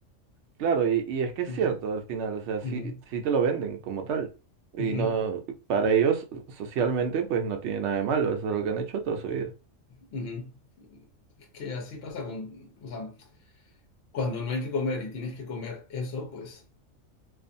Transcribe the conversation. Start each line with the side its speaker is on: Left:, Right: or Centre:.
Right: Claro, y, y es que es
Left: Mm,
Right: cierto al final, o sea, sí,
Left: ujú,
Right: sí te lo venden como tal. Y
Left: ujú.
Right: no, para ellos, socialmente, pues no tiene nada de malo, eso es lo que han hecho toda su vida.
Left: Ujú. Es que así pasa con, o sea, cuando no hay que comer y tienes que comer eso, pues